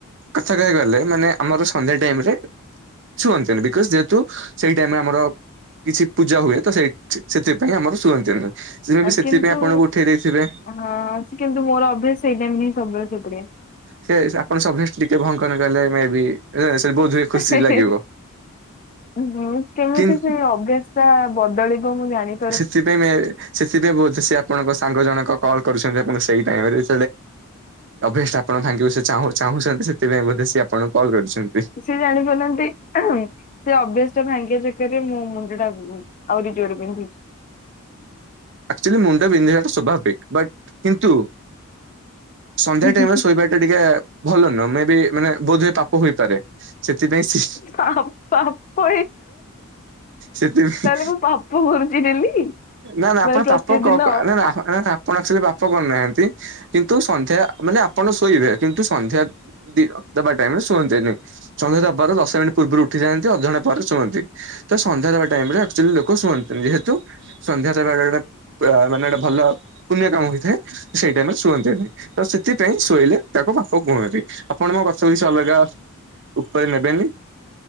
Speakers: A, on the right (about 55°); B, on the left (about 35°).
A: ଆଛା ଖାଇଗଲେ ମାନେ ଆମର ସନ୍ଧ୍ୟା ଟାଇମରେ। ଶୁଅନ୍ତନି ବିକଜ୍ ଯେହେତୁ ସେଇ ଟାଇମ୍ ରେ ଆମର କିଛି ପୂଜା ହୁଏ ତ ସେଇ ସେଥିପାଇଁ ଆମର ଶୁଅନ୍ତିନି। ସେ ବି
B: ଆଉ
A: ସେଥିପାଇଁ
B: କିନ୍ତୁ
A: ଆପଣଙ୍କୁ ଉଠେଇ ଦେଇଥିବେ।
B: ହଁ ସେ କିନ୍ତୁ ମୋର ଅଭ୍ୟାସ ଏଇ ଟାଇମ ରେ ସବୁବେଳେ ଶୋଇପଡେ।
A: ସେ ଆପଣ ସ ଟିକେ ଭଙ୍କନ କଲେ ମ ବି ବୋଧ ହୁଏ ଖୁସି
B: ହେ
A: ଲାଗିବ।
B: ହେ ହୁଁ କେମିତି
A: କିନ୍
B: ସେ ଅଭ୍ୟା ଟା ବଦଳିବ ମୁଁ ଜାଣିି
A: ସେଥିପାଇଁ ସେଥିପାଇଁ ବୋହୁତୁ ସେ ଆପଣଙ୍କ ସାଙ୍ଗ ଜଣକ କଲ୍ କରୁଛନ୍ତି ଆପଣଙ୍କୁ ସେଇ ଟାଇମରେ। ଅଭେଷ୍ଟ୍ ଆପଣ ଭାଙ୍ଗିବ ସେ ଚାହୁଁ ଚାହୁଁଛନ୍ତି ସେଥିପାଇଁ ବୋଧେ ସି ଆପଣଙ୍କୁ କଲ୍ କରୁଛନ୍ତି।
B: ସିଏ ଜାଣି ପାରୁନାହାନ୍ତି। ସେ ଅଭ୍ୟାସ ଟା ଭାଙ୍ଗିିବା ଚକରେ ମୁୋ ମୁଣ୍ଡ ଟା ଆହୁରି ଜୋରେ ବିନ୍ଧୁ
A: ଆକାଚୁଲି ମୁଣ୍ଡ ବିନ୍ଧିବାଟା ସ୍ଵଭାବିକ ବଟ କିନ୍ତୁ ସନ୍ଧ୍ୟା
B: ବିନ୍ଧୁଛି।
A: ଟାଇମରେ ଶୋଇବା ଟିକେ ଭଲ ନୁହଁ ମେ ବି ମାନେ ବୋଧ ହୁଏ ପାପ ହୋଇପାରେ ସେଥିପାଇଁ ସି
B: ପାପ ପାପ
A: ସେଥିପାଇଁ
B: ମୋ ପାପୁ କରୁଚି ଡେଲି।
A: ନା ନା ଆପଣ
B: ମାନେ ପ୍ରତିଦିନ
A: ପାପ କ ନା ନା ନା ନା ଆପଣ ପାପ କରୁନାହାନ୍ତି କିନ୍ତୁ ସନ୍ଧ୍ୟା ମାନେ ଆପଣ ଶୋଇବେ କିନ୍ତୁ ସନ୍ଧ୍ୟା ସନ୍ଧ୍ୟା ଦେବା ଟାଇମରେ ଶୁଅନ୍ତନ୍ତି ନାଇଁ ସନ୍ଧ୍ୟା ଦେବାର ଦଶ ମିନିଟ୍ ପୂର୍ବରୁ ଉଠି ଯାଆନ୍ତି ଅଧଘଣ୍ଟେ ପରେ ଶୁଅନ୍ତି। ତ ସନ୍ଧ୍ୟା ଦେବା ଟାଇମ୍ ନା ଆକ୍ଚୁଚୁଆଲି ଲୋକ ଶୁଅନ୍ତନ୍ତିନି ଯେହେତୁ ସନ୍ଧ୍ୟା ଦେବା ସେ ଗୋଟେ ମାନେ ଗୋଟେ ଭଲ ପୁଣ୍ୟ କାମ ହେଇଥାଏ ସେଇଟାଇମରେ ଶୁଅନ୍ତିନି। ତ ସେଥିପାଇଁ ଶୋଇଲେ ତାଙ୍କ ପାପ କୁହାଯାଏ ଆପଣ ମୋ କଥା କିଛି ଅଲଗା ଉପରେ ନେବେନି।